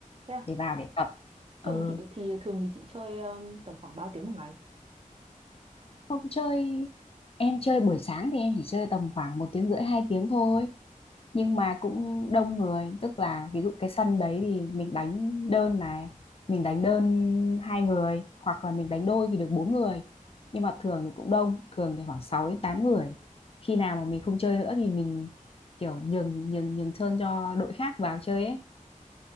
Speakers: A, on the right; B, on the left.
A: yeah.
B: để vào để tập. Ừ,
A: thường chị thì thường thì chị chơi um, tầm khoảng bao tiếng một ngày
B: không chơi em chơi buổi sáng thì em chỉ chơi tầm khoảng một tiếng rưỡi hai tiếng thôi nhưng mà cũng đông người tức là ví dụ cái sân đấy thì mình đánh đơn này mình đánh đơn hai người hoặc là mình đánh đôi thì được bốn người nhưng mà thường thì cũng đông thường thì khoảng sáu đến tám người khi nào mà mình không chơi nữa thì mình kiểu nhường nhường nhường sân cho đội khác vào chơi ấy